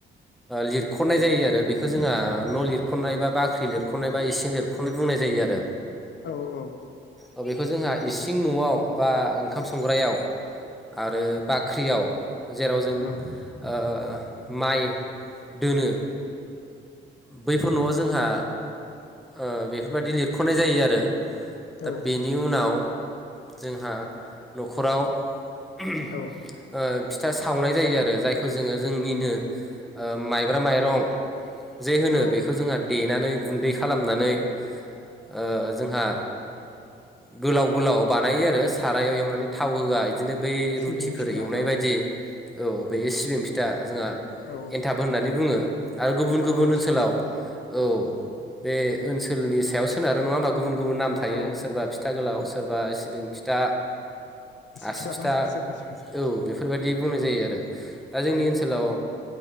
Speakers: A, in the centre; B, on the left (about 65°).
A: लिरख'नाय जायो आरो बेखौ जोंहा न' लिरख'नाय बा बाख्रि लिरख'नाय बा इसिं लिरख'नाय बुंनाय जायो आरो
B: औ औ
A: अ बेखौ जोंहा इसिं थिं न'आव बा ओंखाम संग्रायाव आरो बाख्रियाव जेराव जों
B: औ
A: ओ माइ दोनो बैफोर न'आव जोंहा ओ बेफोरबायदि लिरख'नाय जायो आरो दा
B: औ
A: बेनि उनाव जोंहा न'खराव <unintelligible>
B: औ
A: ओ फिथा सावनाय जायो आरो जायखौ जोङो जोंनिनो ओ माइब्रा माइरं जे होनो
B: औ
A: बेखौ जोंहा देनानै गुन्दै खालाम खालामनानै ओ जोंहा गोलाव-गोलाव बानायो आरो सारायाव एवनानै थाव होआ बिदिनो बै
B: सिबिं
A: रुटिफोर
B: फिथा
A: एवनाय
B: औ
A: बायदि औ बे सिबिं फिथा जोंहा
B: औ
A: एन्थाब होननानै बुङो आरो गुबुन-गुबुन
B: एन्थाब औ
A: ओनसोलाव औ बे ओनसोलनि सायाव सोनारो नङा माबा गुबुन गुबुन नाम थायो
B: औ
A: सोरबा फिथा गोलाव सोरबा सि बिं फिथा आसि
B: फिथाबो
A: फिथा
B: होनो सोरबा सोरबा
A: औ बेफोरबायाददि बुंनाय जायो आरो दा जोंनि
B: औ
A: ओनसोलाव